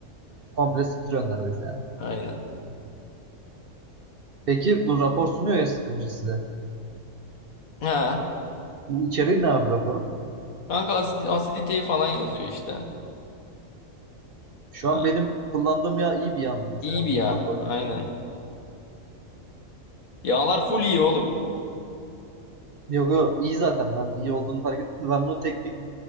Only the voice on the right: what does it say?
Komple sıktırıyorsun neredeyse yani.
Peki bu rapor sunuyor ya sıkımcı size.
Bu içeriği ne abi raporun?
Şu
an benim kullandığım yağ iyi bir yağ mı mesela
bu
raporun?
Yok yok iyi zaten ben iyi olduğunu fark ettim. de Ben bunu teknik